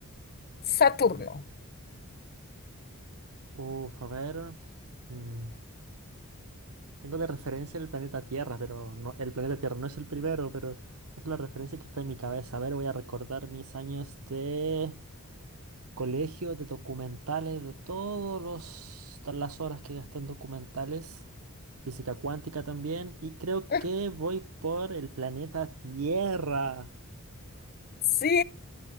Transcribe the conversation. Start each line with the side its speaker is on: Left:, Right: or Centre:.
Left: Saturno.
Right: Uf, a ver. mm, Tengo de referencia el planeta Tierra, pero no, el planeta Tierra no es el primero, pero es la referencia que está en mi cabeza. A ver, voy a recordar mis años de colegio, de documentales, de todos los, todas las horas que gasté en documentales, física cuántica también, y creo
Left: <laughs>
Right: que voy por el planeta Tierra.
Left: Sí,